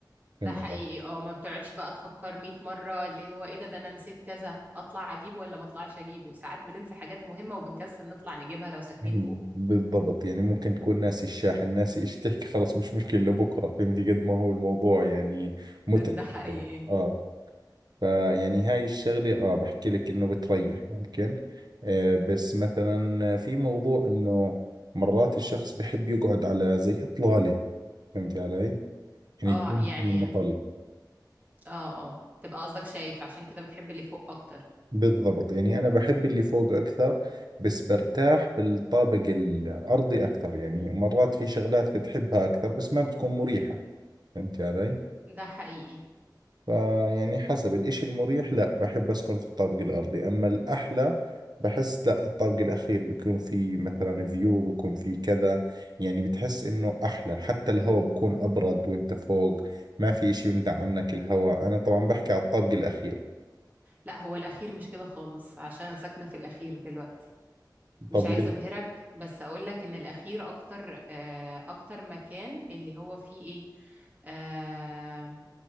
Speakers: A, on the right (about 20°); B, on the right (about 65°).
A: ده
B: فهمت
A: حقيقي اه ما بتقعدش بقى تفكر 100 مرة اللي هو ايه ده ده انا نسيت كذا اطلع اجيبه ولا ما اطلعش اجيبه ساعات بننسى حاجات مهمة وبنكسل نطلع نجيبها لو ساكنين
B: مم.
A: فوق
B: بالضبط يعني ممكن تكون ناسي الشاحن ناسي ايش تحكي خلص مش مشكلة لبكرة فهمتي قد ما هو الموضوع يعني متعب
A: ده حقيقي
B: اه فيعني هاي الشغلة اه بحكي لك انه بتريح ممكن آه بس مثلا في موضوع انه مرات الشخص بحب يقعد على زي اطلالة فهمتي علي يعني
A: اه
B: يكون
A: يعني
B: في مطلة
A: اه اه تبقى قصدك شايف عشان كده بتحب اللي فوق اكتر
B: بالضبط يعني أنا بحب اللي فوق أكثر بس برتاح بالطابق الأرضي أكثر يعني مرات في شغلات بتحبها أكثر بس ما بتكون مريحة فهمت علي؟
A: ده حقيقي
B: فيعني حسب الإشي المريح لا بحب أسكن في الطابق الأرضي أما الأحلى بحس لا الطابق الأخير بيكون في مثلا فيو بيكون في كذا يعني بتحس إنه أحلى حتى الهواء بيكون أبرد وإنت فوق ما في إشي يمنع عنك الهواء أنا طبعا بحكي على الطابق الأخير
A: لا هو الاخير مش كده خالص عشان انا ساكنه في الاخير دلوقتي مش
B: طب
A: عايزه
B: ليه؟
A: ابهرك بس اقول لك ان الاخير اكتر آه اكتر مكان اللي هو فيه ايه آه